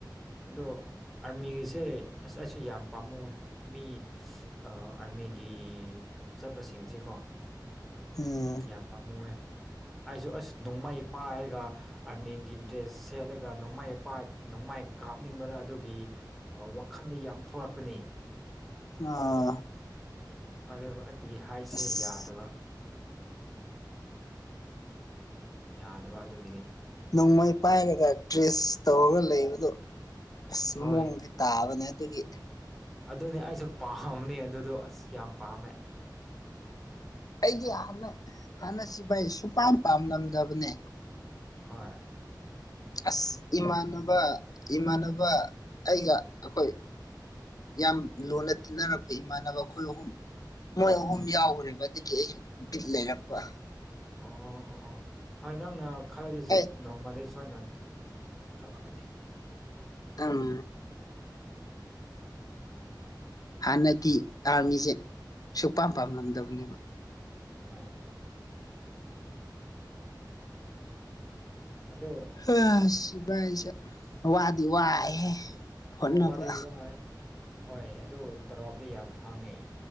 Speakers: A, in the centre; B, on the left (about 55°).
A: ꯑꯗꯣ ꯑꯥꯔꯃꯤꯒꯤꯁꯦ ꯑꯁ ꯑꯩꯁꯨ ꯌꯥꯝ ꯄꯥꯝꯃꯨꯋꯦ ꯃꯤ ꯑꯥꯔꯃꯤꯒꯤ ꯆꯠꯄꯁꯤꯡꯁꯦꯀꯣ
B: ꯎꯝ
A: ꯌꯥꯝ ꯄꯥꯝꯃꯨꯑꯦ ꯑꯩꯁꯨ ꯑꯁ ꯅꯣꯡꯃꯩ ꯄꯥꯏꯔꯒ ꯑꯥꯔꯃꯤꯒꯤ ꯗ꯭ꯔꯦꯁ ꯁꯦꯠꯂꯒꯦ ꯑꯗꯨꯒ ꯅꯣꯡꯃꯥꯏꯄ ꯅꯣꯡꯃꯥꯏ ꯀꯥꯞꯅꯤꯡꯕꯗ ꯑꯗꯨꯒꯤ ꯋꯥꯈꯜꯗ ꯌꯥꯝ ꯊꯣꯛꯂꯛꯄꯅꯤ
B: ꯑꯥ
A: ꯑꯗꯨꯕꯨ ꯑꯩꯒꯤ ꯍꯥꯏꯠꯁꯦ
B: ꯑꯁ
A: ꯌꯥꯗꯕ ꯌꯥꯗꯕ ꯑꯗꯨꯒꯤꯅꯤ
B: ꯅꯣꯡꯃꯩ ꯄꯥꯏꯔꯒ ꯗ꯭ꯔꯦꯁ ꯇꯧꯔꯒ ꯂꯩꯕꯗꯣ ꯑꯁ
A: ꯍꯣꯏ
B: ꯃꯑꯣꯗꯤ ꯇꯥꯕꯅꯦ ꯑꯗꯨꯒꯤ
A: ꯑꯗꯨꯅꯤ ꯑꯩꯁꯨ ꯄꯥꯝꯕꯅꯤ ꯑꯗꯨꯗꯣ ꯑꯁ ꯌꯥꯝ ꯄꯥꯝꯃꯦ
B: ꯑꯩꯒꯤ ꯍꯅ ꯍꯥꯟꯅꯁꯤꯚ ꯑꯩ ꯁꯨꯄꯥꯟ ꯄꯥꯝꯂꯝꯗꯕꯅꯦ
A: ꯍꯣꯏ
B: ꯑꯁ ꯏꯃꯥꯟꯅꯕ ꯏꯃꯥꯟꯅꯕ ꯑꯩꯒ ꯑꯩꯈꯣꯏ ꯌꯥꯝ ꯂꯨꯅ ꯇꯤꯟꯅꯔꯛꯄ ꯏꯃꯥꯟꯅꯕ ꯑꯩꯈꯣꯏ ꯑꯍꯨꯝ ꯃꯣꯏ ꯑꯍꯨꯝ
A: ꯍꯣꯏ
B: ꯌꯥꯎꯈ꯭ꯔꯦꯕ ꯑꯗꯒꯤ ꯑꯩ ꯕꯤꯠ ꯂꯩꯔꯛꯄ
A: ꯑꯣ ꯑꯣ ꯑꯣ ꯍꯣꯏ ꯅꯪꯅ ꯈꯜꯂꯗꯤ
B: ꯑꯩ
A: ꯅꯣꯡꯃꯗꯤ ꯁꯣꯏꯅ ꯊꯣꯛꯂꯛꯀꯅꯤ
B: ꯑꯪ ꯍꯥꯟꯅꯗꯤ ꯑꯥꯔꯃꯤꯁꯦ ꯁꯨꯛꯄꯝ ꯄꯥꯝꯂꯝꯗꯕꯅꯦꯕ
A: ꯍꯣꯏ ꯑꯗꯣ
B: ꯑ ꯁꯤ ꯚꯥꯏꯁꯦ ꯋꯥꯗꯤ ꯋꯥꯏꯍꯦ
A: ꯍ
B: ꯍꯣꯠꯅꯕ
A: ꯋꯥꯗꯤ ꯋꯥꯏ ꯍꯣꯏ ꯑꯗꯨ ꯇꯔꯣꯞꯗꯤ ꯌꯥꯝ ꯐꯪꯉꯦ